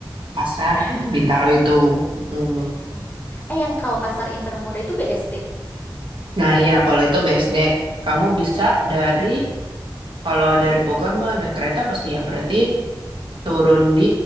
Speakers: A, on the right; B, on the left.
A: pasar
B: <laughs>
A: Bintaro itu. Mm.
B: Mm-mm. Eh yang kalau pasar intermoda itu BSD.
A: Nah ya kalau itu BSD, kamu bisa dari kalau dari Bogor mah naik kereta pasti ya berarti turun di